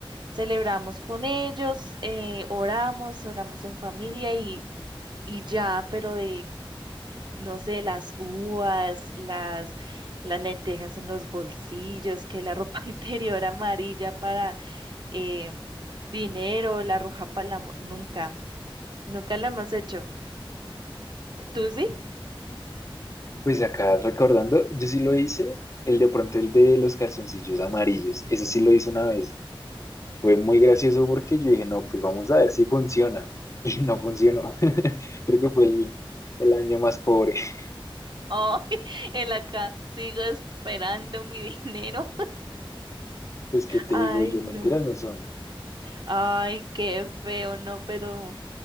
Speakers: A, on the right; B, on the left.
A: celebramos con ellos, eh, oramos, oramos en familia y, y ya, pero de no sé, las uvas, las, las lentejas en los bolsillos, que la ropa <laughs> interior amarilla para eh, dinero, la roja para el amor. Nunca, nunca lo hemos hecho. ¿Tú sí?
B: Pues acá recordando, yo sí lo hice, el de pronto el de los calzoncillos amarillos, ese sí lo hice una vez. Fue muy gracioso porque yo dije, no, pues vamos a ver si funciona. <laughs> Y no funcionó. <laughs> Creo que fue el, el año más pobre. <laughs>
A: Ay, <laughs> en la casa sigo esperando mi <laughs> dinero.
B: Pues qué te
A: Ay,
B: digo yo,
A: no.
B: mentiras no son.
A: Ay, qué feo, no, pero